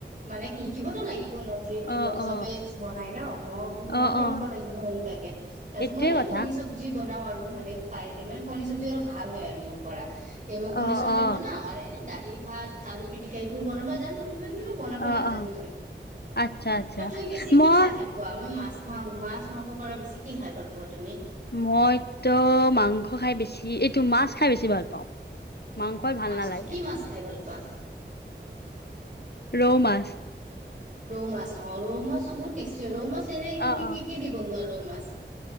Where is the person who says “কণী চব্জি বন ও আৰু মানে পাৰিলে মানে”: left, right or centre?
Right